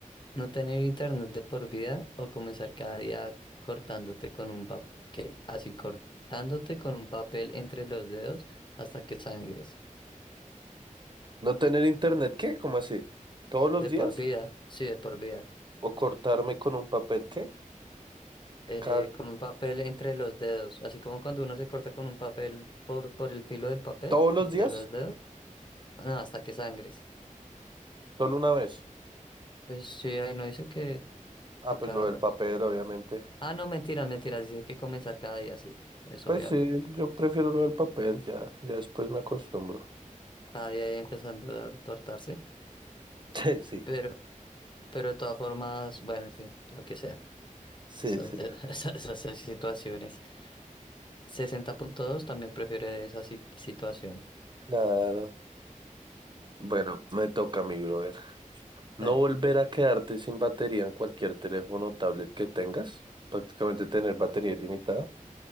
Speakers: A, on the left (about 35°); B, on the right (about 35°).
A: No tener internet de por vida o comenzar cada día cortándote con un papel... ¿Qué? Así, cortándote con un papel entre los dedos hasta que sangres.
B: ¿No tener internet qué? ¿Cómo así? ¿Todos los
A: De
B: días?
A: por vida, sí, de por vida.
B: ¿O cortarme con un papel qué?
A: Eh,
B: Ca-
A: con un papel entre los dedos, así como cuando uno se corta con un papel por, por el filo del papel,
B: ¿Todos los
A: entre
B: días?
A: los dedos, Ah, no, hasta que sangres.
B: ¿Solo una vez?
A: Pues sí, ahí no dice que,
B: Ah,
A: que
B: pues
A: cada
B: lo del
A: rato.
B: papel, obviamente.
A: Ah, no, mentiras, mentiras, dice que comenzar cada día, sí. Eso
B: Pues
A: obviamente,
B: sí, yo prefiero lo del papel, ya, ya después me acostumbro. <laughs>
A: cada día ahí empezando a cortarse.
B: Sí, sí,
A: Pero, pero de todas formas, bueno, en fin, lo que sea.
B: sí,
A: Eso-
B: sí.
A: eh, <laughs> esas, esas situaciones. sesenta punto dos también prefiere esa si- situación.
B: Claro. Bueno, me toca, mi brother.
A: Dale.
B: No volver a quedarte sin batería en cualquier teléfono o tablet que tengas. Prácticamente tener batería ilimitada